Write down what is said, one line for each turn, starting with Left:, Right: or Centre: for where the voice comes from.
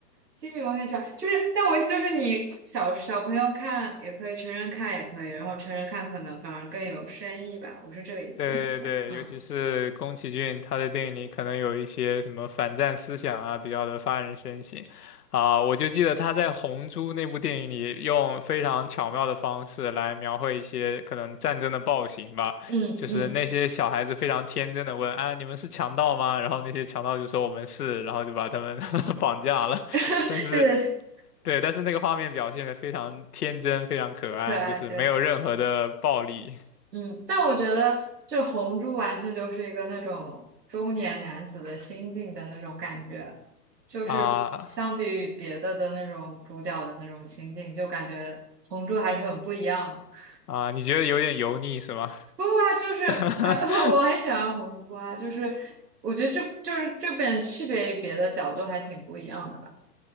Right: 吉米我很喜欢，就是但我意思就是你小小朋友看也可以，成人看也可以，然后成人看可能反而更有深意吧，我是这个意思。
Left: 对对对，
Right: 嗯
Left: 尤其是宫崎骏，他的电影里可能有一些什么反战思想啊，比较的发人深省啊。我就记得他在《红猪》那部电影里，用非常巧妙的方式来描绘一些可能战争的暴行吧，
Right: 嗯嗯，
Left: 就是那些小孩子非常天真的问：“啊，你们是强盗吗？”然后那些强盗就说：“我们是。”然后就把他们 <laughs> 绑架了。
Right: <laughs>
Left: 但是，
Right: 对对对，
Left: 对，但是那个画面表现的非常天真，非常可爱，
Right: 可爱对。
Left: 就是没有任何的暴力。
Right: 嗯，但我觉得这红珠完全就是一个那种中年男子的心境的那种感觉，就是相比于别的的那种主角的那种心境，
Left: 啊，
Right: 就感觉红珠还是很不一样的。
Left: 啊，你觉得有点油腻是吗？
Right: 不过啊，就是啊，
Left: <laughs>
Right: <laughs> 我很喜欢红珠啊，就是我觉得这就是这本区别于别的角度还挺不一样的吧。